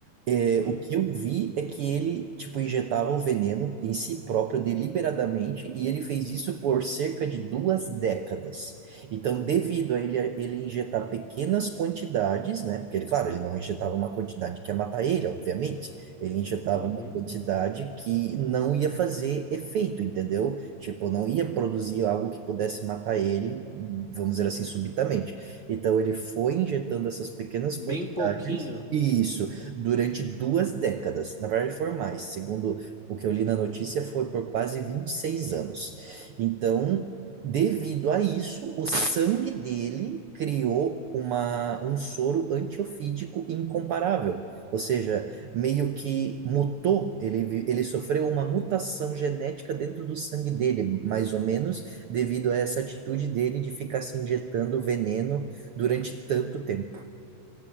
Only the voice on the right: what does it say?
É,
o que eu vi é que ele, tipo, injetava o veneno em si próprio deliberadamente e ele fez isso por cerca de duas décadas. Então, devido a ele, ele injetar pequenas quantidades, né? Porque ele, claro, ele não injetava uma quantidade que ia matar ele, obviamente. Ele injetava
uma quantidade que não ia fazer efeito, entendeu? Tipo, não ia produzir algo que pudesse matar ele, vamos dizer assim, subitamente. Então, ele foi injetando essas pequenas
quantidades.
Isso durante duas décadas. Na verdade, foram mais. Segundo o que eu li na notícia, foi por quase 26 anos. Então, devido a isso, o sangue dele criou uma, um soro antiofídico incomparável. Ou seja, meio que mutou, ele, vi- ele sofreu uma mutação genética dentro do sangue dele, mais ou menos, devido a essa atitude dele de ficar se injetando veneno durante tanto tempo.